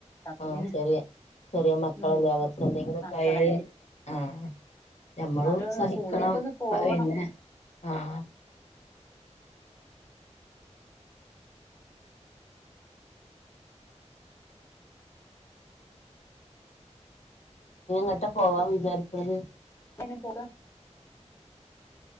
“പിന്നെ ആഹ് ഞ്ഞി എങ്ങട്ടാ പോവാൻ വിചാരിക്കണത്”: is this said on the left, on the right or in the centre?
Left